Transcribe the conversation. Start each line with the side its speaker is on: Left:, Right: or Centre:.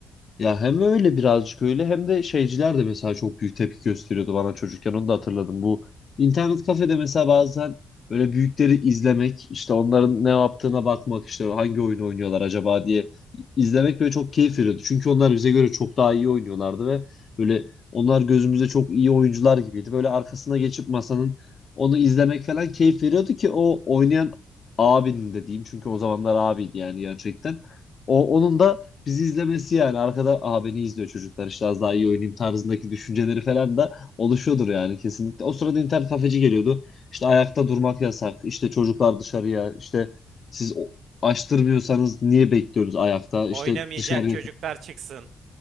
Left: Ya hem öyle birazcık öyle hem de şeyciler de mesela çok büyük tepki gösteriyordu bana çocukken onu da hatırladım. Bu internet kafede mesela bazen böyle büyükleri izlemek işte onların ne yaptığına bakmak işte hangi oyunu oynuyorlar acaba diye izlemek böyle çok keyif veriyordu. Çünkü onlar bize göre çok daha iyi oynuyorlardı ve böyle onlar gözümüzde çok iyi oyuncular gibiydi. Böyle arkasına geçip masanın onu izlemek falan keyif veriyordu ki o oynayan abinin de diyeyim çünkü o zamanlar abiydi yani gerçekten. O, onun da bizi izlemesi yani arkada Aa, beni izliyor çocuklar işte az daha iyi oynayayım tarzındaki düşünceleri falan da oluşuyordur yani kesinlikle. O sırada internet kafeci geliyordu. İşte ayakta durmak yasak. işte çocuklar dışarıya işte siz o- açtırmıyorsanız niye bekliyoruz ayakta?
Right: Oynamayacak
Left: İşte dışarı
Right: çocuklar çıksın.